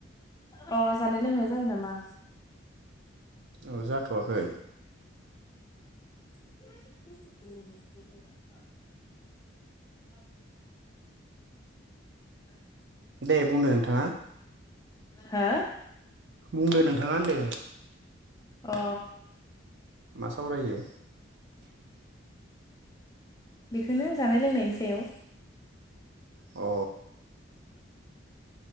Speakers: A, on the left; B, on the right.
A: अ जानाय लोंनाया जायो नामा
B: औ जाथ'वाखै
A: उ <unintelligible> <unintelligible>
B: दे बुंदों नोंथाङा
A: हो
B: बुंदो नोंथाङा होनदों
A: अ
B: मा सावरायो
A: बेखौनो जानाय लोंनायनि सायाव
B: औ